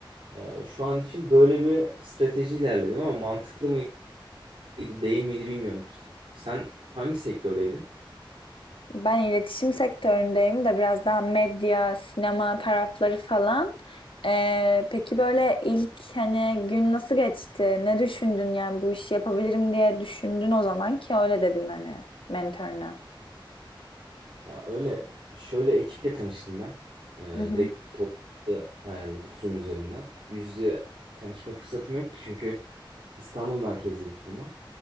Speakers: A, on the right; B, on the left.
A: Ee, şu an için böyle bir strateji ilerledim ama mantıklı mıydı değil miydi bilmiyorum. Sen hangi sektördeydin?
B: Ben iletişim sektöründeyim de biraz daha medya, sinema tarafları falan. E, peki böyle ilk hani gün nasıl geçti? Ne düşündün yani bu işi yapabilirim diye düşündün o zaman ki öyle dedin hani mentoruna.
A: Ya öyle şöyle ekiple tanıştım ben. Ee,
B: Hı hı.
A: direkt bir toplantı ayarladık Zoom üzerinden. Yüz yüze tanışma fırsatım yoktu çünkü İstanbul merkezli bir firma.